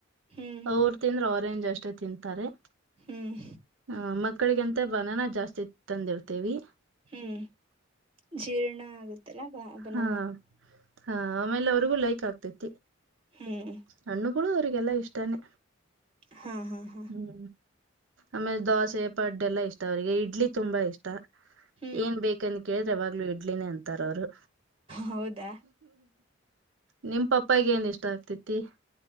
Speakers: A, on the right; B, on the right.
A: ಹ್ಮ್
B: ಅವರು ತಿಂದ್ರ ಅವರೆೇಂಜ್ ಅಷ್ಟೇ ತಿಂತಾರೆ
A: ಹ್ಮ್
B: ಹ ಮಕ್ಕಳಿಗಂತ ಬನನ ಜಾಸ್ತಿ ತಂದಿರ್ತೇವಿ
A: ಹ್ಮ್ ಜೀರ್ಣ ಆಗತ್ತಲ್ಲ ಬ ಬನ
B: ಹಾ ಹಾ ಆಮೇಲೆ ಅವ್ರಿಗೂ ಲೈಕ್ ಆಗ್ತೈತಿ
A: ಹ್ಮ್
B: ಹಣ್ಣುಗಳು ಅವರಿಗೆಲ್ಲಾ ಇಷ್ಟನೇ
A: ಹಾ ಹಾ ಹಾ
B: ಹ್ಮ್ ಆಮೇಲೆ ದೋಸೆ ಪಡ್ಡೆ ಎಲ್ಲಾ ಇಷ್ಟ ಅವರಿಗೆ ಇಡ್ಲಿ ತುಂಬಾ ಇಷ್ಟ
A: ಹ್ಮ್
B: ಏನ್ ಬೇಕಂತ ಕೇಳಿದ್ರೆ ಅವಾವಾಗ್ಲುೂ ಇಡ್ಲಿನೇ ಅಂತಾರ ಅವರು
A: ಹೌದಾ
B: ನಿಮ್ ಪಪ್ಪಗ ಏನ್ ಇಷ್ಟ ಆಗ್ತಿತಿ